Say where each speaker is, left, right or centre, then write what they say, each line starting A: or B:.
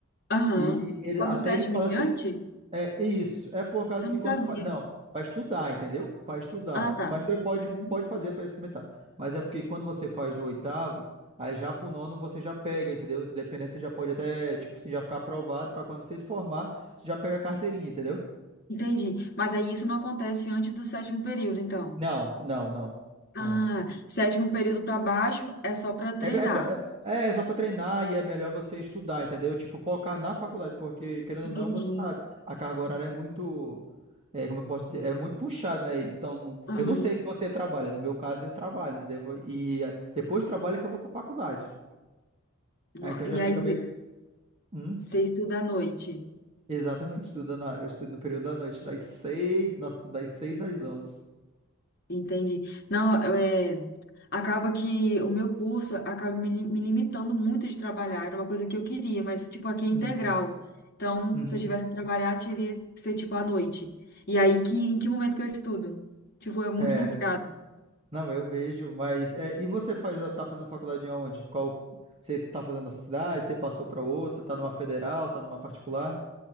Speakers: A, on the left; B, on the right.
A: Aham.
B: E ele-
A: Só
B: até
A: do sétimo
B: eles falam
A: em diante?
B: assim, é isso, é por causa
A: Eu
B: que
A: não
B: quando
A: sabia.
B: faz. Não, para estudar, entendeu? Para estudar.
A: Ah, tá.
B: Mas você pode,
A: Uhum.
B: pode fazer para experimentar. Mas é porque quando você faz no oitavo, aí já pro nono você já pega, entendeu? Dependendo, você já pode até, tipo assim, já ficar aprovado para quando você se formar, você já pega a carteirinha, entendeu?
A: Entendi. Mas aí isso não acontece antes do sétimo período, então.
B: Não, não, não.
A: Ah,
B: Não.
A: sétimo período para baixo é só para treinar.
B: É, be- é, só, é, é é só pra treinar e é melhor você estudar, entendeu? Tipo, focar na faculdade, porque, querendo ou
A: Entendi.
B: não, você sabe, a carga horária é muito, é, como eu posso dizer, é muito puxada, né? Então,
A: Aham.
B: eu não sei se você trabalha, no meu caso, eu trabalho, entendeu? E é, depois do trabalho que eu vou pra faculdade.
A: No-
B: Ah, então
A: E
B: já fica
A: aí você
B: meio... Hum,
A: você estuda à noite?
B: exatamente, estudo na, eu estudo no período da noite, das seis, nossa, das seis às onze.
A: Entendi. Não, eu, é, acaba que o meu curso acaba me, li- me limitando muito de trabalhar. Era uma coisa que eu queria, mas, tipo, aqui é integral.
B: Uhum,
A: Então,
B: uhum.
A: se eu tivesse que trabalhar, teria que ser, tipo, à noite. E aí, que, em que momento que eu estudo? Tipo, é muito
B: É,
A: complicado.
B: Não, eu vejo, mas é, e você faz, eh, tá fazendo faculdade em onde? Qual você tá fazendo na cidade? Você passou para outra? Tá numa federal? Tá numa particular?